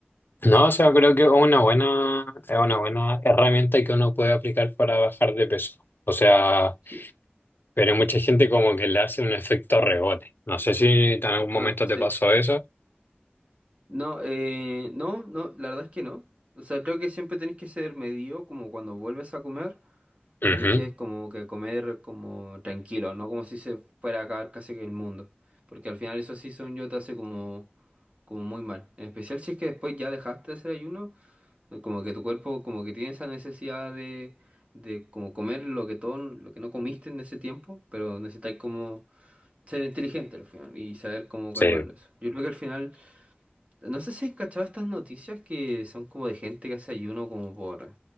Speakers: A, on the left; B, on the right.
A: no, o sea, creo que es una buena, es una buena herramienta que uno puede aplicar para bajar de peso. O sea,
B: Sí,
A: pero mucha gente como que le hace un efecto rebote. No sé si en algún momento
B: ah,
A: te
B: sí.
A: pasó eso.
B: No, eh, no, no, la verdad es que no. O sea, creo que siempre tenés que ser medido como cuando vuelves a comer. Tenéis
A: Ujú,
B: que como que comer como tranquilo, no como si se fuera a acabar casi que el mundo. Porque al final eso sí, según yo, te hace como, como muy mal. En especial si es que después ya dejaste de hacer ayuno, como que tu cuerpo como que tiene esa necesidad de, de como comer lo que todo, lo que no comiste en ese tiempo, pero necesitáis como ser inteligente al final y saber cómo
A: Sí.
B: calmarlo eso. Yo creo que al final no sé si has cachado estas noticias que son como de gente que hace ayuno como por,